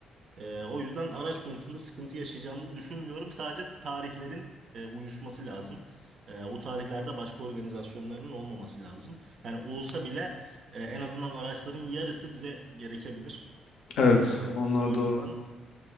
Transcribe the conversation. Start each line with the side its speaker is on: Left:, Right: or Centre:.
Right: Ee, o yüzden araç konusunda sıkıntı yaşayacağımızı düşünmüyorum. Sadece tarihlerin e, uyuşması lazım. E, o tarihlerde başka organizasyonların olmaması lazım. Yani olsa bile e, en azından araçların yarısı bize gerekebilir.
Left: Evet,
Right: E,
Left: onlar
Right: o yüzden
Left: doğru.